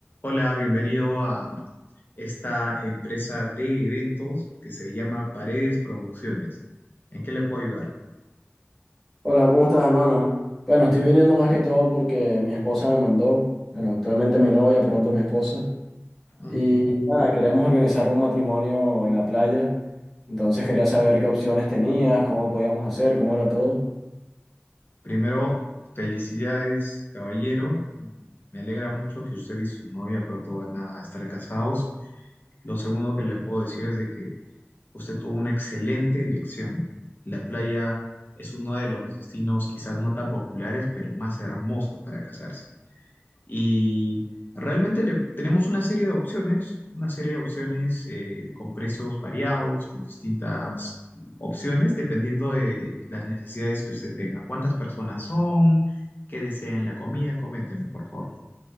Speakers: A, on the left; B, in the centre.
A: Hola, bienvenido a esta empresa de eventos que se llama Paredes Producciones. ¿En qué le puedo ayudar?
B: Hola, ¿cómo estás, hermano? Bueno, estoy viniendo más que todo porque mi esposa me mandó, bueno, actualmente mi novia, pronto mi esposa,
A: Ujú.
B: y nada, queremos organizar un matrimonio en la playa, entonces quería saber qué opciones tenías, cómo podíamos hacer, cómo era todo.
A: Primero, felicidades, caballero. Mm, Me alegra mucho que usted y su novia pronto van a estar casados. Lo segundo que le puedo decir es de que usted tuvo una excelente elección. La playa es uno de los destinos quizás no tan populares, pero más hermosos para casarse. Y realmente le, tenemos una serie de opciones, una serie de opciones eh, con precios variados, con distintas opciones, dependiendo de las necesidades que usted tenga. ¿Cuántas personas son? ¿Qué desean en la comida? Coménteme, por favor.